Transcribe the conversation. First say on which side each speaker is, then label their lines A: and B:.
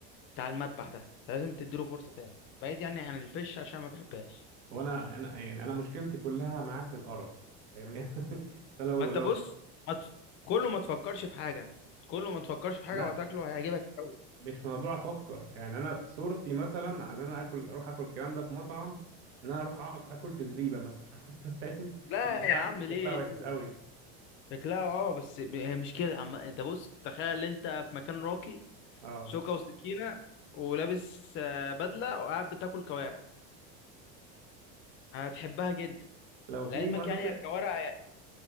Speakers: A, on the left (about 40°); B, on the right (about 85°).
A: بتاع المذبح ده انت لازم تديله فرصه تاني بعيد يعني عن الفش عشان ما بحبهاش
B: وانا انا يعني انا مشكلتي كلها معاه في القرف فاهمني <laughs> ده لو
A: ما انت
B: لو
A: بص ما تف... كله ما تفكرش في حاجه كله ما تفكرش في حاجه
B: لا
A: وهتاكله هيعجبك قوي
B: مش موضوع افكر يعني انا صورتي مثلا عن إن انا اكل اروح اكل الكلام ده في مطعم ان انا اروح أك- اكل في زريبه مثلا <laughs> فاهم
A: لا
B: المطاعم
A: يا عم
B: اللي
A: ليه
B: شكلها وحش
A: ليه
B: قوي
A: شكلها اه بس م- هي مش كده عم انت بص تخيل انت في مكان راقي
B: اه
A: شوكة وسكينة ولابس آه، بدلة وقاعد بتاكل كوارع هتحبها جدا
B: لو في
A: لعلمك
B: مناطق
A: يعني الكوارع